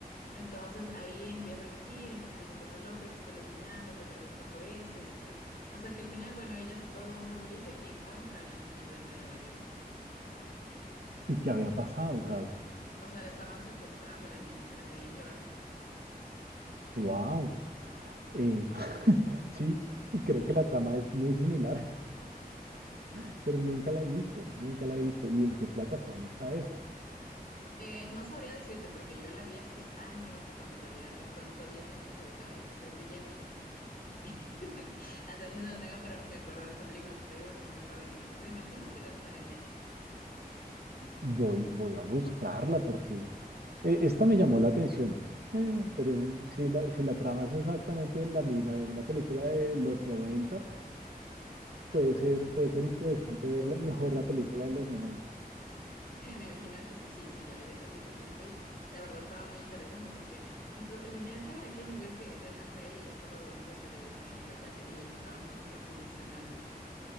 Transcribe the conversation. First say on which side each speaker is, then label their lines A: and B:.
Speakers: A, on the left (about 65°); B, on the right (about 90°).
A: Entonces ahí empiezan a decir, empiezan a decir que está loca, que está alucinando, que tal vez trajo eso y así. Hasta que al final, bueno, ella hace todo un revolucio y encuentra a la niña en el avión.
B: ¿Y qué había pasado? O sea,
A: O sea, la estaban secuestrando a la niña, se la querían llevar.
B: wow. <laughs> sí, creo que la trama es muy similar, <laughs> pero nunca la he visto, nunca la he visto. ¿Y en qué plataforma está esa?
A: Eh, no sabría decirte porque yo la vi hace años, cuando todavía, había- cuando todavía tenía T V Cable. Creo que ya ni <laughs> hace años no la tengo, pero me acuerdo de esa película, porque te digo que no me acuerdo ni el nombre. Me imagino que debe estar en Netflix.
B: Voy, voy a buscarla porque eh, esta me llamó la atención, Mm. pero si la, si la trama es exactamente la misma de una película de los 90, puede ser, puede ser interesante ver la- mejor la película de los 90.
A: <laughs> Me imagino que sí, sí, sí, ya la vi hace mucho tiempo y la verdad estaba muy interesante porque incluso imagínate a qué nivel que de- hasta ella ya estaba dudando de que tuviera una hija, o sea, a qué nivel estaban como que sugestionando.